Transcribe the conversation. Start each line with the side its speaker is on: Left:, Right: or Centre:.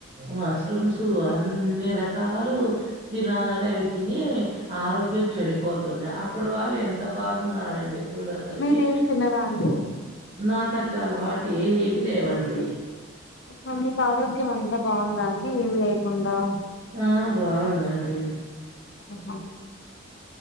Right: మష్రూమ్స్ అన్ని రకాలు తినాలని అవి తిని ఆరోగ్యం చెడి పోతుంది అప్పుడు వాళ్ళు ఎంత బాగున్నారండి చూడసలకి
Left: మీరేం తినరా అండి
Right: నా కట్ల అలవాటు ఏ ఏవి లేవండి
Left: మరీ మీకు ఆరోగ్యం అంతా బాగుందా అండి ఏం లేకుండా
Right: ఆ బాగుందండి
Left: ఆహా